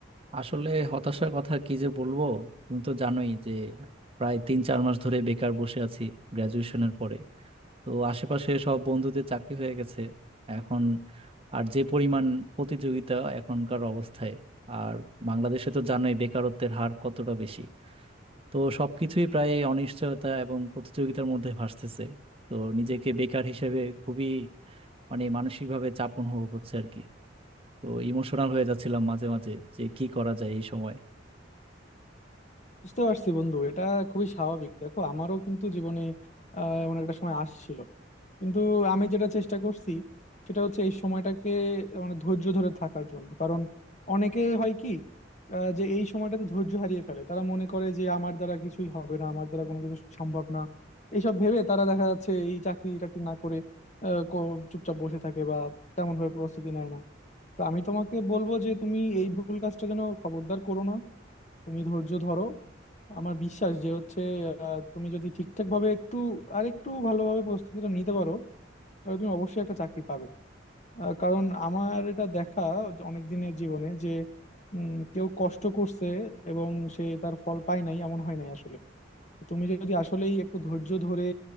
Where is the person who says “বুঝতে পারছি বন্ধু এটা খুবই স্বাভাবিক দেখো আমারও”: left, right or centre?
Left